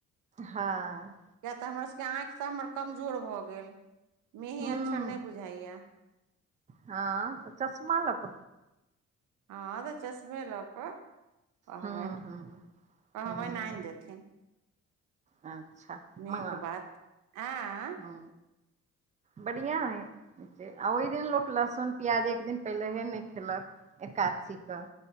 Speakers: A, on the right (about 25°); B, on the right (about 80°).
A: हँ
B: कियैक तऽ हमर सबके आँखि त हमर कमजोर भऽ गेल मेही
A: हूँ
B: अक्षर नहि बुझाइए यैह
A: हँ तऽ चश्मा लक
B: हँ तऽ चश्मे लऽ कऽ कहबनि
A: हूँ हूँ
B: कहबनि
A: हूँ
B: आनि देथिन
A: अच्छा
B: नीक
A: मग
B: बात आँ
A: ह बढ़िया है आ ओहि दिन लोक लहसुन प्याज एक दिन पहिलेहे नहि खेलक एकादशीके